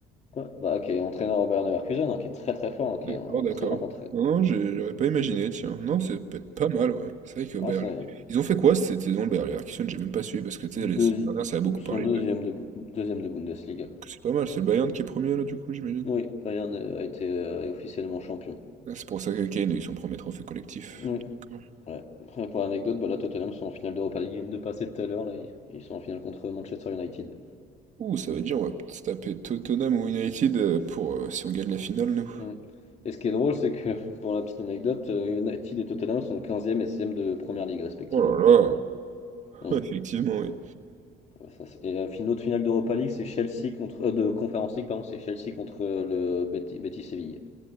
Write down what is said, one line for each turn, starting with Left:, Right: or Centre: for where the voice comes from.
Left: Ouais. Bah, qui est entraîneur au Bayern Leverkusen, hein, qui est très très fort, hein, qui
Right: d'accord,
Left: est un
Right: d'accord.
Left: très grand entraîneur.
Right: Non, non, j'ai- j'aurais pas imaginé, tiens. Non, c'est peut-être pas mal, ouais. C'est vrai que Bayer...
Left: Ah, ça y est.
Right: Ils ont fait quoi cette saison, le Bayer Leverkusen? J'ai même pas suivi parce que tu
Left: Deuxi-
Right: sais, les saisons dernières, ça a beaucoup
Left: Ils
Right: parlé
Left: sont deuxième
Right: d'eux.
Left: de, Bu- deuxième de Bundesliga.
Right: C'est pas mal, c'est le Bayern qui est premier là, du coup, j'imagine.
Left: Oui, Bayern euh, a été euh, est officiellement champion.
Right: Ah, c'est pour ça que Kane a eu son premier trophée collectif.
Left: Oui,
Right: D'accord.
Left: ouais. Et pour l'anecdote, bah, là, Tottenham sont en finale d'Europa League. Ils viennent de passer tout à l'heure, là. Ils, ils sont en finale contre Manchester United.
Right: Ouh, ça veut dire on va se taper Tottenham ou United euh, pour euh, si on gagne la finale, nous.
Left: Mm. Et ce qui est drôle, c'est que, <laughs> pour la petite anecdote, euh, United et Tottenham sont quinzième et 16 de Première Ligue, respectivement.
Right: Oh là
Left: Mm.
Right: là, <laughs> effectivement, oui.
Left: Ouais, ça, et la fin- l'autre finale d'Europa League, c'est Chelsea contre euh, de Conference League, pardon, c'est Chelsea contre euh, le Betis Betis Séville.